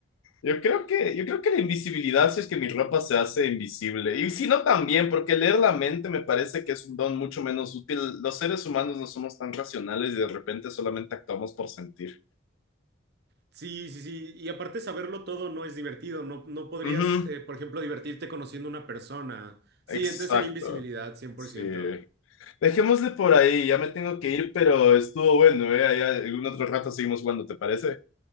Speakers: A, on the left; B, on the right.
A: Yo creo que, yo creo que la invisibilidad, si es que mi ropa se hace invisible. Y si no también, porque leer la mente me parece que es un don mucho menos útil. Los seres humanos no somos tan racionales y de repente solamente actuamos por sentir.
B: Sí, sí, sí. Y aparte saberlo todo no es divertido. No, no podrías,
A: Ujú,
B: eh, por ejemplo, divertirte conociendo una persona. Sí,
A: exacto.
B: entonces sería invisibilidad, 100%.
A: Sí. Dejémosle por ahí, ya me tengo que ir, pero estuvo bueno, ¿eh? Ahí algún otro rato seguimos jugando, ¿te parece?